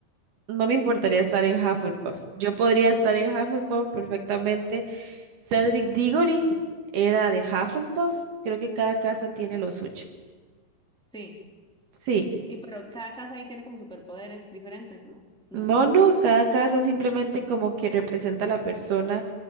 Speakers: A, on the right; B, in the centre.
A: No me importaría estar en Hufflepuff. Yo podría estar en Hufflepuff perfectamente. Cedric Diggory era de Hufflepuff. Creo que cada casa tiene lo suyo.
B: Sí.
A: Sí.
B: Y pero cada casa ahí tiene como superpoderes diferentes, o no,
A: No, no,
B: la verdad
A: cada casa simplemente como que representa a la persona